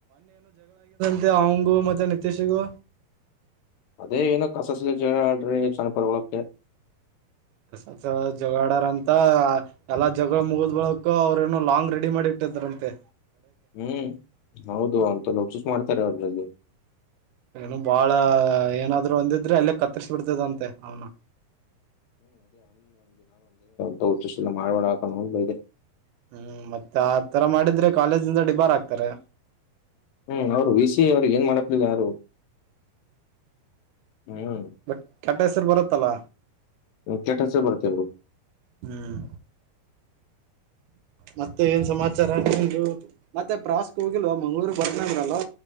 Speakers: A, on the right; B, on the left.
A: ಮತ್ತೆ ಅವಂಗೂ ಮತ್ತೆ ನಿತಶಿಗೂ
B: ಅದೇ ಏನೋ ಕಸಸ ಜ ಆಡ್ರಿ ಸಣ್ಣಪರ್ಗಳಕ್ಕೆ
A: ಕಸತ್ ಜಗಳಾಡರಂತ ಎಲ್ಲಾ ಜಗಳ ಮುಗುದ್ ಬಳಕ ಅವ್ರೇನನು ಲಾಂಗ್ ರೆಡಿ ಮಾಡಿಟ್ಟಿದ್ರಂತೆ
B: ಹ್ಮ್ ಹೌದು ಅಂತ ನಸೂಸ್ ಮಾಡ್ತಾರೆ ಅದ್ರಲ್ಲಿ
A: ಏನು ಬಾಳ ಏನಾದ್ರು ಅಂದಿದ್ರೆ ಅಲ್ಲೇ ಕತ್ತರ್ಸ್ ಬಿಡ್ತದಂತೆ ಅವ್ನ
B: ತೊ ಪ್ರಷ್ಟಿದ್ನ ಮಾಡ್ಬೇಡಾ ಕಣೋಂತ್ ಬೈದೆ
A: ಹ್ಮ್ ಮತ್ತೆ ಆತರ ಮಾಡಿದ್ರೆ ಕಾಲೇಜಿಂದ ಡಿಬಾರಾಗ್ತಾರೆ
B: ಹ್ಮ್ ಅವ್ರು ವಿ ಸಿ ಅವ್ರ ಏನ್ ಮಾಡಪ್ಲಿಲ್ ಯಾರು ಹ್ಮ್
A: ಬಟ್ ಕೆಟ್ಟಸ್ರು ಬರುತ್ತಲ್ಲ
B: ಕೆಟ್ಟಸ್ರ್ ಬರುತ್ತೆ ಬುಡು
A: ಹ್ಮ್ ಮತ್ತೆ ಏನ್ ಸಮಾಚಾರ ನಿಂದು ಮತ್ತೆ ಪ್ರವಾಸ್ಕೊಗಿಲ್ವಾ ಮಂಗ್ಳುರ್ ಬರ್ತ್ ನಂದ್ರಲ್ಲ